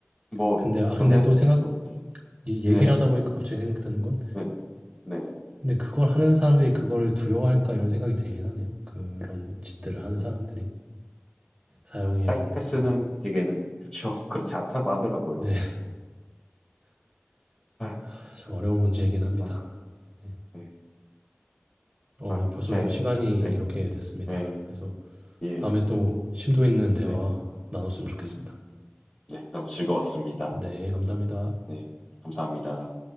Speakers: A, on the left; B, on the right.
A: 뭐,
B: 근데 아
A: 전에,
B: 근데 또 생각
A: 그- 네.
B: 이
A: 네네,
B: 얘기를 하다 보니까 갑자기 생각드는 건
A: 네네, 네네.
B: 근데 그걸 하는 사람들이 그거를 두려워할까 이런 생각이 들긴 하네요. 그런 짓들을 하는
A: 음,
B: 사람들이 사형이란
A: 사이코패스는
B: 그
A: 되게는, 그쵸. <laughs> 그렇지 않다고 하더라고요.
B: 네,
A: 아,
B: <laughs> 참 어려운 문제이긴 합니다.
A: 아,
B: 네.
A: 네.
B: 어,
A: 아,
B: 벌써
A: 제,
B: 또 시간이
A: 네,
B: 이렇게 됐습니다.
A: 네,
B: 그래서
A: 예,
B: 다음에 또 심도 있는 대화
A: 네네.
B: 나눴으면 좋겠습니다.
A: 음, 네, 너무 즐거웠습니다.
B: 네, 감사합니다.
A: 네, 감사합니다.